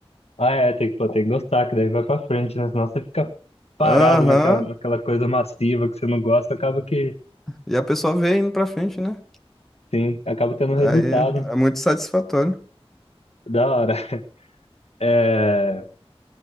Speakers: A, on the left; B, in the centre.
A: Ah, é, tem que, pô, tem que gostar, que daí vai pra frente, né? Senão você fica parado
B: Aham.
A: naquela, naquela coisa massiva que você não gosta, acaba que,
B: E a pessoa vê indo pra frente, né?
A: sim, acaba tendo resultado.
B: Aí é, é muito satisfatório.
A: Da hora. É,